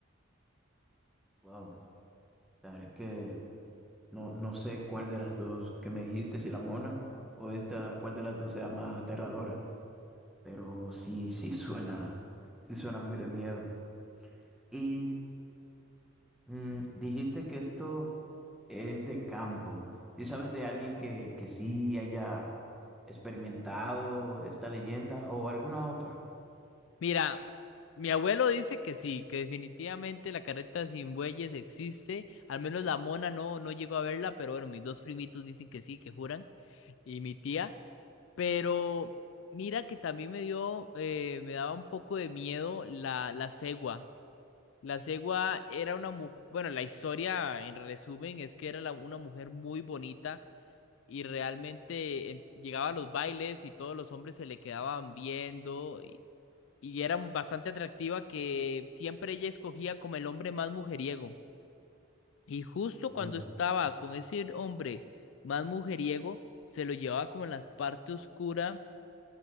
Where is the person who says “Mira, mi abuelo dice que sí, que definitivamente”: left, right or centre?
Left